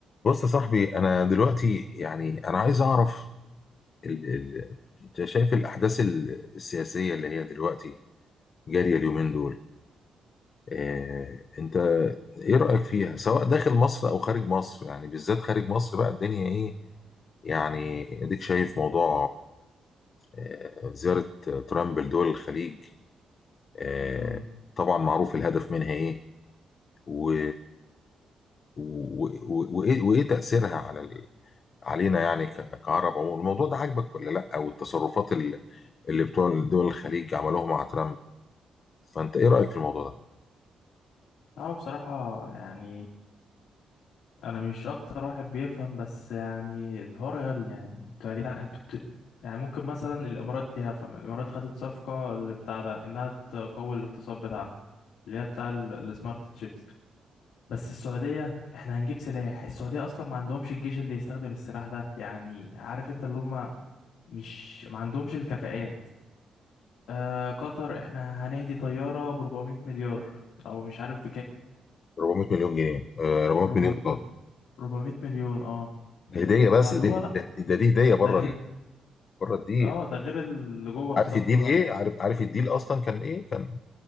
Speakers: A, on the left; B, on the left.
A: بص يا صاحبي انا دلوقتي يعني انا عايز اعرف ال... ال... انت شايف الاحداث ال- السياسيه اللي هي دلوقتي جاريه اليومين دول آه... انت ايه رايك فيها سواء داخل مصر او خارج مصر يعني بالذات خارج مصر بقى الدنيا ايه يعني اديك شايف موضوع آه... زياره ترامب لدول الخليج آه...
B: امم
A: طبعا معروف الهدف منها ايه و... و... و... و... وايه وإيه تاثيرها على علينا يعني ك- كعرب عموما الموضوع ده عاجبك ولا لا او التصرفات اللي, اللي بتوع دول الخليج عملوها مع ترامب فانت ايه رايك في الموضوع ده
B: اه بصراحة يعني انا مش اكتر واحد بيفهم بس يعني الحوار غبي يعني انتوا يا جدعان انتوا بت... يعني ممكن مثلا الامارات دي هفهم الامارات خدت صفقة اللي بتاع ده انها تقوي الاقتصاد بتاعها اللي هي بتاع ال- السمارت تشيبس بس السعودية احنا هنجيب سلاح السعودية اصلا ما عندهمش الجيش اللي يستخدم السلاح ده يعني عارف انت اللي هم مش ما عندهمش الكفاءات آه قطر احنا هنهدي طيارة ب 400 مليار او مش عارف
A: 400 مليون جنيه آه، 400
B: بكام
A: مليون دولار
B: 400 مليون اه
A: ده هديه بس
B: فاللي
A: ده دي
B: هو لا
A: ده ده دي هديه بره
B: ده الهيد
A: ال- بره الديل
B: اه ده غير اللي جوه الصفقة
A: عارف الديل ايه
B: بقى
A: عارف عارف الديل اصلا كان ايه كان